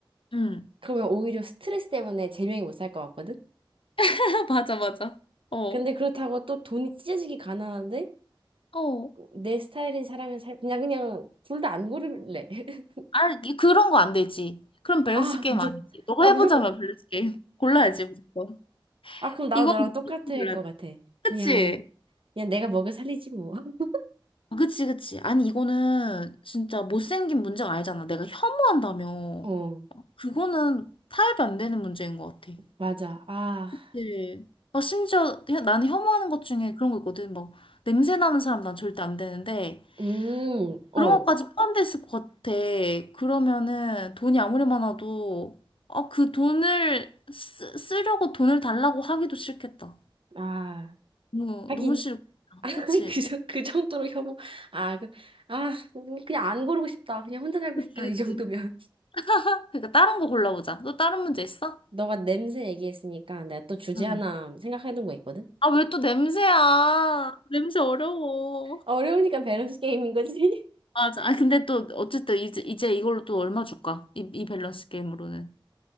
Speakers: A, on the left; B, on the right.
A: 응.
B: 그러면 오히려 스트레스 때문에 제명이 못 살 것 같거든?
A: <laughs> 맞아, 맞아. 어,
B: 근데 그렇다고 또 돈이 찢어지게 가난한데
A: 어.
B: 내 스타일인 사람은 살 그냥 그냥 둘 다 안 고를래. <laughs>
A: 아, 이- 그런 거 안 되지. 그럼 밸런스
B: 아
A: 게임
B: 무조건
A: 아니지. 너가
B: 아
A: 해보자면
B: 무조건
A: 밸런스 게임. 골라야지 무조건.
B: 아 그럼 나도
A: 이건
B: 너랑
A: 무조건
B: 똑같을
A: 골라야
B: 것
A: 돼.
B: 같아. 그냥
A: 그치?
B: 그냥 내가 먹여 살리지 뭐. <laughs>
A: 아, 그치, 그치. 아니, 이거는 진짜 못생긴 문제가 아니잖아. 내가 혐오한다며.
B: 어
A: 그거는 타협이 안 되는 문제인 것 같아.
B: 맞아. 아
A: 네. 막 심지어 혀- 나는 혐오하는 것 중에 그런 거 있거든. 막 냄새 나는 사람 난 절대 안 되는데
B: 음 어
A: 그런 것까지 포함돼 있을 것 같아. 그러면은 돈이 아무리 많아도 아, 그 돈을 쓰, 쓰려고 돈을 달라고 하기도 싫겠다.
B: 아
A: 너무
B: 하긴
A: 너무 싫다.
B: <laughs>
A: 그치?
B: 그, 정- 그 정도로 혐오 아그아 그냥 안 고르고 싶다. 그냥 혼자 살고
A: 그치,
B: 싶다
A: 그치.
B: 이 정도면.
A: <laughs> 그러니까 다른 거 골라보자. 또 다른 문제 있어?
B: 너가 냄새 얘기했으니까 내가 또 주제
A: 응.
B: 하나 생각해둔 거 있거든?
A: 아, 왜 또 냄새야? 냄새 어려워.
B: 아, 어려우니까 밸런스 게임인 거지. <laughs>
A: 맞아. 아, 근데 또, 어쨌든 이제, 이제 이걸로 또 얼마 줄까? 이, 이 밸런스 게임으로는.